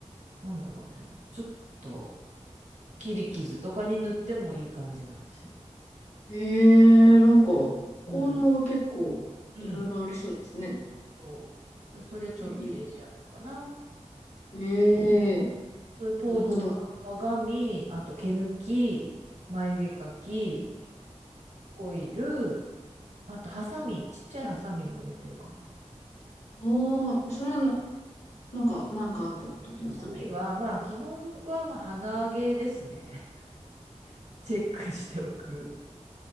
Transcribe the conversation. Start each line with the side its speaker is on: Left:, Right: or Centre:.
Right: なんだろうね、ちょっと切り傷とかに塗ってもいい感じなんですよ。
Left: えー、なんか、
Right: 青いうん。
Left: 効能が結構、
Right: うん。
Left: いろいろありそうですね。
Right: そう。だ、それちょっと入れてあるかな。
Left: え、いええー、
Right: そういうポーチは鏡、
Left: なるほど。
Right: あと毛抜き、眉毛描き、オイル、あとハサミ、ちっちゃいハサミも入れてるかな。
Left: ああー、それはな、なんか、なんかあった時のため。
Right: ハサミはまあ基本はまあ鼻毛ですね。<laughs> チェックしておく。